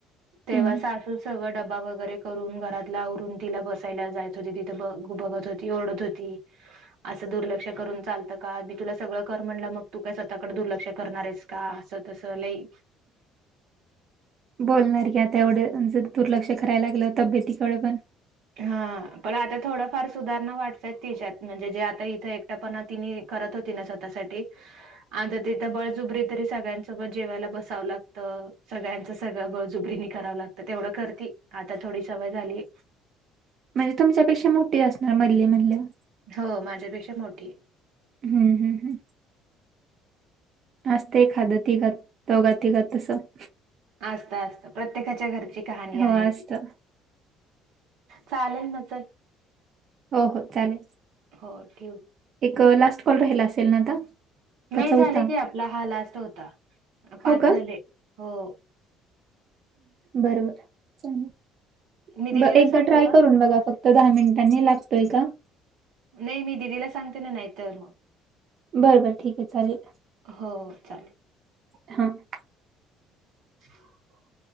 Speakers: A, on the right; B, on the right.
A: तेव्हा
B: हम्म.
A: सासू सगळं डबा वगैरे बा वगैरे करून, घरातला आवरून, तिला बसायला जायत होती, तिथं ब बघत होती, ओरडत होती. असं दुर्लक्ष करून चालतं का? मी तुला सगळं कर म्हणलं, मग तू काय स्वतःकडे दुर्लक्ष करणार आहेस. का? असं तस लई
B: बोलणार की, आता एवढं दुर्लक्ष करायला लागलं तबेतीकडे पण
A: हा, पण आता थोडंफार सुधारणा वाटतय तिच्यात, म्हणजे जे आता इथं एकट्यापणा तिने करत होती ना, स्वतःसाठी आता तिथं बळजुबरी तरी सगळ्यांसोबत जेवायला बसावं लागतं, सगळ्यांच सगळं बळजुबरीनी करावं लागतं, तेवढं करती, आता थोडी सवय झाली.
B: म्हणजे तुमच्यापेक्षा मोठी असणार, मधली म्हणल्यावर.
A: हो, माझ्यापेक्षा मोठी.
B: हम्म हम् हम्. असत एखादं तिघात, दोघा तिघात तसं.
A: असत असत, प्रत्येकाच्या घरची कहाणी
B: हो
A: आहे.
B: असतं
A: चालेल म, चल.
B: हो हो, चालेल.
A: हो ठेव.
B: एक लास्ट कॉल राहिला असेल ना आता? का
A: नाही
B: चौथा
A: झाले की, आपला हा लास्त होता, पाच
B: हो का
A: झाले, हो.
B: बर बर, चालेल
A: मी दीदीला
B: ब एकदा
A: सांगू
B: ट्राय
A: का?
B: करून बघा फक्त तो दहा मिनिटांनी लागतोय का?
A: नाही मी दिदीला सांगते ना नाहीतर मग
B: बर बर ठीक आहे, चालेल,
A: हो, हो चालेल.
B: हा.
A: <unintelligible> <inaudible>